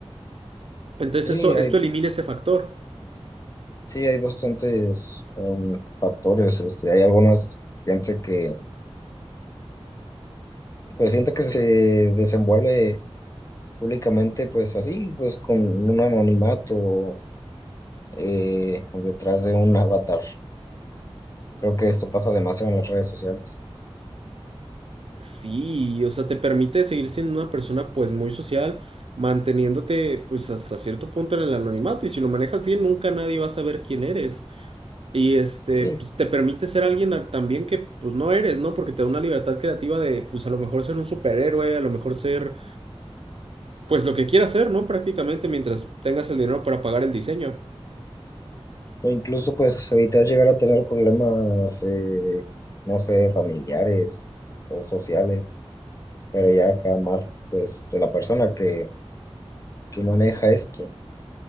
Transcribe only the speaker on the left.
Sí,
hay,
sí, hay bastantes um, factores, este, hay algunas gente que, pues siento que se desenvuelve públicamente, pues así, pues con un anonimato eh, detrás de un avatar. Creo que esto pasa demasiado en las redes sociales.
Sí.
O incluso, pues, evitar llegar a tener problemas, eh, no sé, familiares o sociales. pero ya acá más pues de la persona que, que maneja esto.